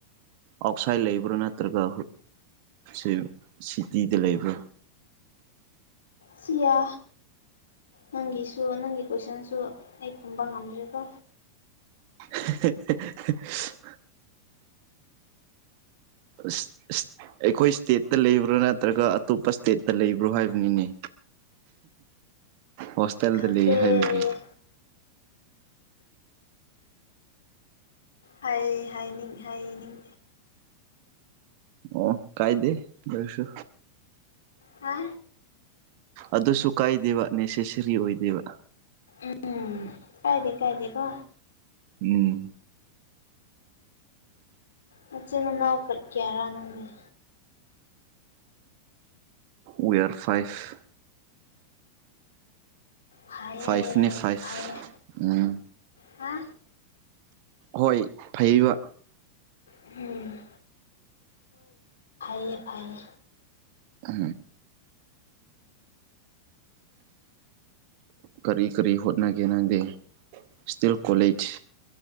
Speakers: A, on the right; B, on the left.
A: ꯑꯥꯎꯠꯁꯥꯏꯠ ꯂꯩꯕ꯭ꯔꯥ ꯅꯠꯇ꯭ꯔꯒ ꯁꯤ ꯁꯤꯇꯤꯗ ꯂꯩꯕ꯭ꯔꯥ
B: ꯁꯤꯌꯥ ꯅꯪꯒꯤꯁꯨ ꯅꯪꯒꯤ ꯀꯣꯏꯁꯟꯁꯨ ꯑꯩ ꯈꯨꯝꯕ ꯉꯝꯗ꯭ꯔꯦꯀꯣ
A: <unintelligible> ꯑꯁ ꯑꯁ ꯑꯩꯈꯣꯏ ꯏꯁꯇꯦꯠꯇ ꯂꯩꯕ꯭ꯔꯥ ꯅꯠꯇ꯭ꯔꯒ ꯑꯇꯣꯞꯄ ꯏꯁꯇꯦꯠꯇ ꯂꯩꯕ꯭ꯔꯣ ꯍꯥꯏꯕꯅꯤꯅꯦ ꯍꯣꯁꯇꯦꯜꯗ
B: ꯈꯪꯗꯦ
A: ꯂꯩ ꯍꯥꯏꯕꯒꯤ
B: ꯍꯥꯏ ꯍꯥꯏꯅꯤꯡ ꯍꯥꯏꯅꯤꯡ
A: ꯑꯣ ꯀꯥꯏꯗꯦ ꯑꯗꯨ ꯑꯣꯏꯔꯁꯨ
B: ꯍꯥ
A: ꯑꯗꯨꯁꯨ ꯀꯥꯏꯗꯦꯕ ꯅꯦꯁꯦꯁꯔꯤ ꯑꯣꯏꯗꯦꯕ
B: ꯎꯝ ꯀꯥꯏꯗꯦ ꯀꯥꯏꯗꯦꯀꯣ
A: ꯎꯝ
B: ꯃꯆꯤꯟꯅꯥꯎ ꯀꯠꯀꯦꯔꯥ ꯅꯅꯨꯡꯗꯤꯦ
A: ꯎꯔ ꯐꯥꯏꯚ
B: ꯐꯩꯌꯦ
A: ꯐꯥꯏꯚꯅꯦ ꯐꯥꯏꯚ
B: ꯐꯩꯌꯦ
A: ꯎꯝ
B: ꯍꯥ
A: ꯍꯣꯏ ꯐꯩꯕ
B: ꯎꯝ ꯐꯌꯦ ꯐꯥꯏ
A: ꯑ ꯀꯔꯤ ꯀꯔꯤ ꯍꯣꯠꯅꯒꯦ ꯅꯪꯗꯤ ꯏꯁꯇꯤꯜ ꯀꯣꯂꯦꯖ